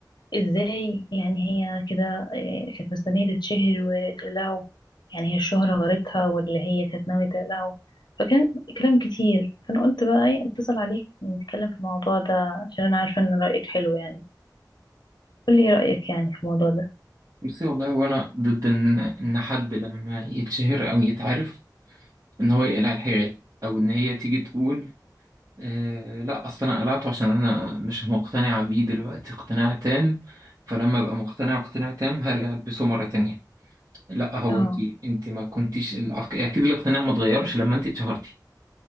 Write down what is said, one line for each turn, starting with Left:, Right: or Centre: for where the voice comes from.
Left: ازاي يعني هي كده آه، كانت مستنية تتشهر وتقلعه يعني هي الشهرة غرتها ولا هي كانت ناوية تقلعه فكان كلام كتير فأنا قلت بقى ايه اتصل عليك نتكلم في الموضوع ده عشان أنا عارفة إن رأيك حلو يعني قولي ايه رأيك يعني في الموضوع ده
Right: بصي والله وانا ضد ان ان حد لما يتشهر او يتعرف ان هو يقلع الحجاب او ان هي تيجي تقول آه لا اصل انا قلعته عشان انا مش مقتنعه بيه دلوقتي اقتناع تام فلما ابقى مقتنعه اقتناع تام هرجع البسه مره تانية لا هو
Left: اه
Right: انت انت ما كنتيش الأق- اكيد الاقتناع ما اتغيرش لما انت اتشهرتي